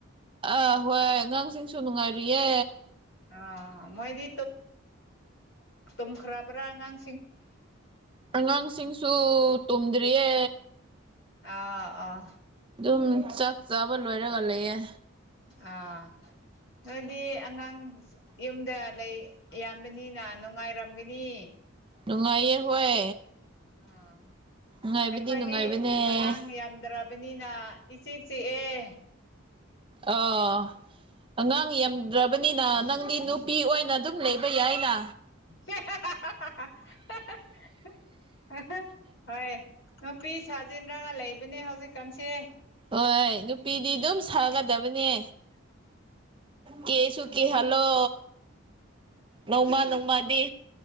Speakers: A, on the right (about 25°); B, on the left (about 60°).
A: ꯑꯥ ꯍꯣꯏ ꯑꯉꯥꯡꯁꯤꯡꯁꯨ ꯅꯨꯡꯉꯥꯏꯔꯤꯌꯦ
B: ꯑ ꯃꯣꯏꯗꯤ ꯇꯨꯝꯈ꯭ꯔꯕ꯭ꯔꯥ ꯑꯉꯥꯡ
A: ꯑꯉꯥꯡꯁꯤꯡꯁꯨ ꯇꯨꯝꯗ꯭ꯔꯤꯌꯦ
B: ꯑꯥ ꯑꯥ
A: ꯑꯗꯨꯝ ꯆꯥꯛ ꯆꯥꯕ ꯂꯣꯏꯔꯒ ꯂꯩꯌꯦ
B: ꯑꯥ ꯅꯣꯏꯗꯤ ꯑꯉꯥꯡ ꯌꯨꯝꯗ ꯂꯩ ꯌꯥꯝꯕꯅꯤꯅ ꯅꯨꯡꯉꯥꯏꯔꯝꯒꯅꯤ
A: ꯅꯨꯡꯉꯥꯏꯌꯦ ꯍꯣꯏ
B: ꯑꯥ
A: ꯅꯨꯡꯉꯥꯏꯕꯗꯤ
B: ꯑꯩꯈꯣꯏꯗꯤ
A: ꯅꯨꯡꯉꯥꯏꯕꯅꯦ
B: ꯑꯉꯥꯡ ꯌꯥꯝꯗ꯭ꯔꯕꯅꯤꯅ ꯏ ꯆꯤꯛ ꯆꯤꯛꯑꯦ
A: ꯑꯥ ꯑꯉꯥꯡ ꯌꯥꯝꯗ꯭ꯔꯕꯅꯤꯅ ꯅꯪꯗꯤ ꯅꯨꯄꯤ ꯑꯣꯏꯅ ꯑꯗꯨꯝ ꯂꯩꯕ ꯌꯥꯏꯅ
B: <unintelligible> <unintelligible> ꯍꯣꯏ ꯅꯨꯄꯤ ꯁꯥ ꯖꯤꯟꯂꯒ ꯂꯩꯕꯅꯦ ꯍꯧꯖꯤꯛ ꯀꯥꯟꯁꯤꯦ
A: ꯍꯣꯏ ꯅꯨꯄꯤꯗꯤ ꯑꯗꯨꯝ ꯁꯥꯒꯗꯕꯅꯦ ꯀꯦꯁꯨ ꯀꯦꯍꯜꯂꯣ ꯅꯣꯡꯃ ꯅꯣꯡꯃꯗꯤ